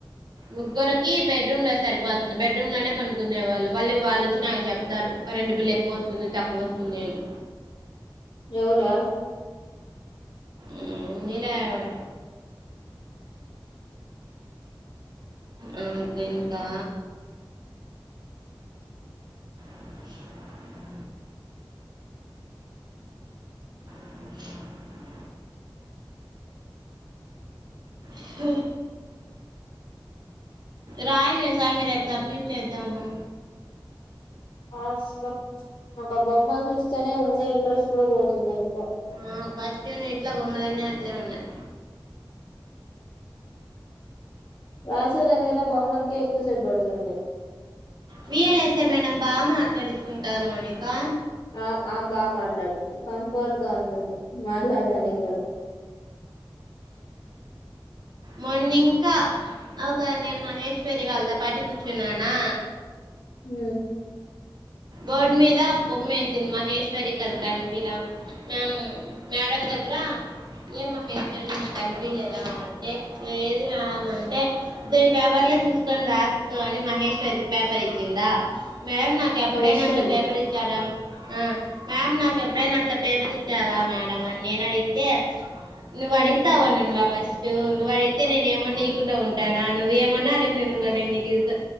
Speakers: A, on the right; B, on the left.
A: ముగ్గురికి బెడ్రూమ్ లో సరిపోతుంది బెడ్రూమ్ లోనే పనుకునే వాళ్ళు వాళ్ళీ వాళ్ళుొచ్చి నాకు చెప్తారు కరెంట్ బిల్ ఎక్కువ వస్తుంది తక్కువ వస్తుంది అని
B: ఎవుర
A: ఉ ఉందిలే ఆవిడ ఆ కింకా ఇంకా <inaudible> <inaudible> స రాయి మీస్సాం రేపు సబ్మిట్ చేద్దాము
B: ఆస్తం ఒక బొమ్మలు చూస్తేనే ఉండే ఇంట్రెస్ట్ కూడా పోతుంది ఎందుకో
A: ఆ ఫస్ట్ నీట్ల బొమ్మలన్నీ అట్లే ఉన్నాయి
B: రాసే దానికన్నా బొమ్మలకే ఎక్కువ సేప్ ప డుతుంది
A: విఎల్ఎస్ మేడం బా మాట్లాడిచ్చ కద మౌనికా
B: ఆ ఆమ్ బాగా మాట్లాడుతుంది కంఫర్ట్ గా ఉంటుంది ట్లాడడానికి గుడా
A: మొన్నింకా అవుక నేను మహేశ్వరి వాళ్ళతో పాటి కూర్చున్నానా
B: ఉ
A: బోర్డ్ మీద బొమ్మేసింది మహేశ్వరి కది కనిపిలా మ్యామ్ మ్యాడం దగ్గర ఏం మహేశ్వరి నీక్ కనిపిలేదా అంటే లేదు మ్యాం అంటే ఇద్ద ఈ పా పేపర్ చూసుకొని రాసుకో అని మహేశ్వరికి పేపర్ ఇచ్చిందా మేడం న ఎప్పుడైనా
B: ఆమె ఇస్తుంది
A: ఆట్ల పపరిచ్చార మే ఆ మ్యామ్ నాకు ఎప్పుడైనా అట్లా పేపర్ ఇచ్చారా మేడం అని నేను అడిగితే నువ్వు అడిగుతావ
B: ఉమ్
A: నిర్మలా ఫస్టూ నువ్ అడిగె గితే నేను ఏమన్నా ఈకుండా ఉంటానా నువ్వు ఏమన్నా అడుగు నిర్మల నేన్ నీకి ఇస్తా